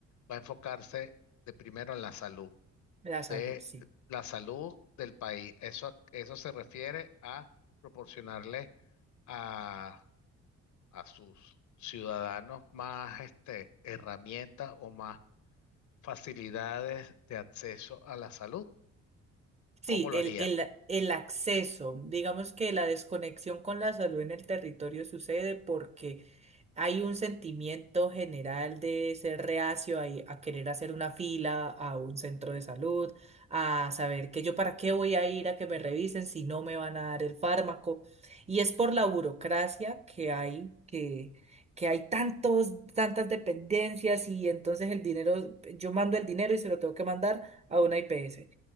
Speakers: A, on the left; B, on the right.
A: va a enfocarse de primero en la salud,
B: La salud,
A: de
B: sí.
A: la salud del país. Eso, eso se refiere a proporcionarle a a sus ciudadanos más este, herramientas o más facilidades de acceso a la salud.
B: Sí,
A: ¿Cómo lo
B: el,
A: haría?
B: el, el acceso, digamos que la desconexión con la salud en el territorio sucede porque hay un sentimiento general de ser reacio a, i- a querer hacer una fila a un centro de salud, a saber que yo para qué voy a ir a que me revisen si no me van a dar el fármaco. Y es por la burocracia que hay, que, que hay tantos, tantas dependencias y entonces el dinero, yo mando el dinero y se lo tengo que mandar a una IPS